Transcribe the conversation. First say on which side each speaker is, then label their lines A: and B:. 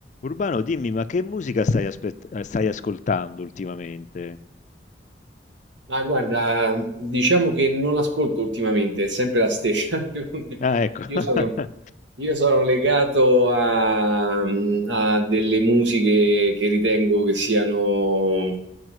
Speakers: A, on the left (about 40°); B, on the right (about 75°).
A: Urbano, dimmi, ma che musica stai, aspett- eh, stai ascoltando ultimamente?
B: Ma guarda, diciamo che non l'ascolto ultimamente, è sempre la stessa. <laughs>
A: Ah, ecco. <laughs>
B: Io sono, io sono legato a, a delle musiche che ritengo che siano,